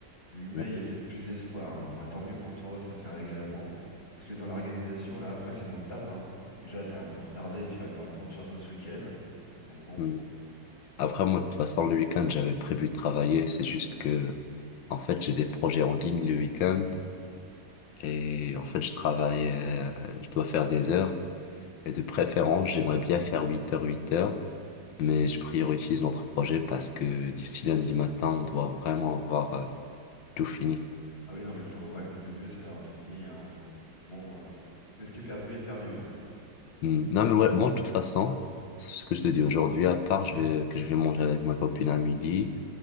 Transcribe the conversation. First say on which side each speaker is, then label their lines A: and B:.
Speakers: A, on the left (about 30°); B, on the left (about 70°).
A: Le 8 mai,
B: ouais.
A: il y a peut-être plus d'espoir. hein. Enfin, tant mieux pour toi, ça s'est réglé avant. Parce que dans l'organisation, là, après, ça nous retarde. hein. Déjà, t'es un peu retardé, tu vas devoir prendre sur toi ce week-end. Donc bon.
B: Mm. Après, moi, de toute façon, le week-end, j'avais prévu de travailler. C'est juste que, en fait, j'ai des projets en ligne le week-end et en fait, je travaille, euh, je dois faire des heures. Et de préférence, j'aimerais bien faire 8 heures, 8 heures, mais je priorise notre projet parce que d'ici lundi matin, on doit vraiment avoir euh, tout fini.
A: Ah oui, non, mais faut, ouais, le mieux c'est d'avoir tout fini, hein, parce que sinon, euh, parce que ce qui est perdu est perdu, hein.
B: Hmm. Non, mais moi, moi, de toute façon, c'est ce que je te dis aujourd'hui, à part je vais, que je vais manger avec ma copine à midi,